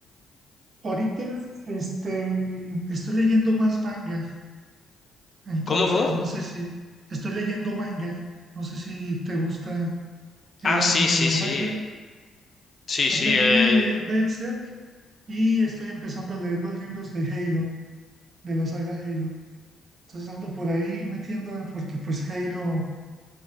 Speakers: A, on the right; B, on the left.
A: ahorita, este, estoy leyendo más manga. Entonces,
B: ¿Cómo, cómo?
A: no sé si estoy leyendo manga. No sé si te gusta el
B: Ah,
A: anime
B: sí, sí,
A: o el
B: sí.
A: manga.
B: Sí,
A: Me
B: sí.
A: terminé
B: eh,
A: de leer Berserk y estoy empezando a leer los libros de Halo, de la saga Halo. Entonces ando por ahí metiéndome porque pues Halo,